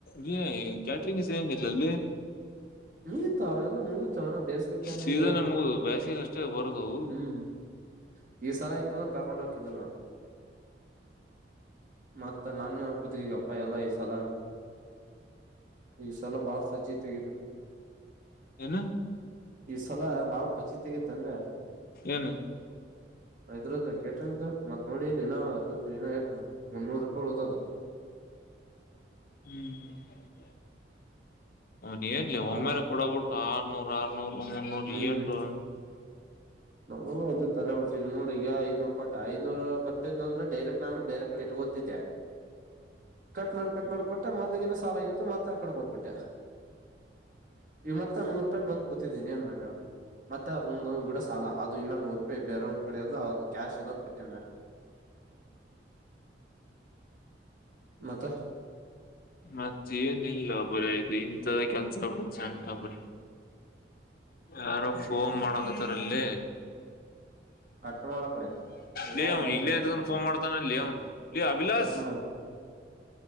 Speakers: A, on the left; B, on the right.
A: ನೀ ಕ್ಯಾಟ್ರಂಗ್ಸ ಹೆಂಗಲ್ಲ ಅಲ್ಲಿ
B: ಮುಗತ ಅವೆಲ್ಲ ಮುಗಿತವ ನ ಬೇಸಿಗೆತಗ
A: ಸೀಸನ್ ಮುಗುದು ಬೇಸಿಗೆ ಅಷ್ಟೇ ಬರೋದವು
B: ಹ್ಮ್ ಈ ಸಲ ಇಯತ ಅಂದ್ರೆ ಕರ್ಕೊಂಡ್ ಹಕಿದಲ್ಲ ಮತ್ತ ಮತ್ತ ನನ್ನ ಕತ್ಕಗಪ್ಪಾ ಎಲ್ಲ ಈ ಸಲ ಈ ಸಲ ಬಾಳ ಸಜ್ಜಿತೆ ಆಗಿದೆ
A: ಏನು
B: ಈ ಸಲ ಬಾಳ ಪಚಿತಿಗಿ ತಂದೆ
A: ಏನು
B: ಇದ್ರದ್ದ ಕೇಟ್ರಂಗ ಮತ್ ನೋಡಿ ಇಲ್ಲಿ ಇನ ದುಡ್ಡು ನ ಆಯ್ತ ಮುನ್ನೂರು ರೂಪಾಯಿ ಉಳದದ
A: ಹ್ಮ್ <unintelligible> ನೂರ
B: ಮತ್ತ
A: ಆರನೂರ <unintelligible>
B: ಹ್ಮ್ ನನಗೂ ಅದೇ ತಲೆ ಹೊಟ್ಟ ನೋಡ, ಈಗ ಐದನೂರು ಕೊಟ್ಟ, ಐದನೂರ್ ಕೊಟ್ಟಿದ್ದ್ಂದ್ರೆ ಡೈರೆಕ್ಟ್ ನಾನು ಬೇರೆ ಕಡೆ ಇಟ್ಕೋತಿದ್ದೆ. ಕಟ್ ಮಾಡ್, ಕಟ್ ಮಾಡ್ ಕೊಟ್ಟ ಮೊದ್ಲಿಗೀನ ಸಾಲ ಆಗಿತ್ತು ಮತ್ತ ಆ ಕಡೆ ಕೊಟ್ಬಿಟ್ಟೆ. ಇ ಮತ್ತ ನೂರು ರೂಪಾಯಕ್ ಬಂದ ಕೂತಿದ್ದೀನಿ ಏನ್ ಮಾಡ್ಲ ಹೇಳ್? ಮತ್ ಆ ರೂಮ್ ದವನ ಗುಡ ಸುಮ ಅಲಾ ಅದು ಇನ್ನ ನೂರು ರೂಪಾಯಿ ಬೇರೆ ಅವ್ನ್ ಕಡೆ ಇದ, ಅದು ಕ್ಯಾಶ್ ಇಲ್ಲದ ಕಟ್ಟನ ನಾ. ಮತ?
A: ಮತ್ತೆ ಏನಲ್ಲ ಬರಿಯ್ ಇಂಥರ ಕೆಲ್ಸ <unintelligible> ಅಂತ ಬರ. ಯಾರೋ ಫೋನ್
B: ಹ್ಮ್
A: ಮಾಡಕತ್ತಾರ. ಲೇ
B: ಕಟ್ ಮಾಡ ಆ ಕಡೆ ಇನ್
A: ಲೇ
B: ಎರಡ್
A: ಅವ್ನು
B: ಮಿನಿಟ್
A: ಇಲ್ಲ ಇದ್ಕಂಡ್ ಫೋನ್ ಮಾಡ್ತಾನಲ್ಲೆ ಅವ್ನು, ಲೆ ಅಭಿಲಾಸ್.
B: ಕಟ್ ಮಾಡ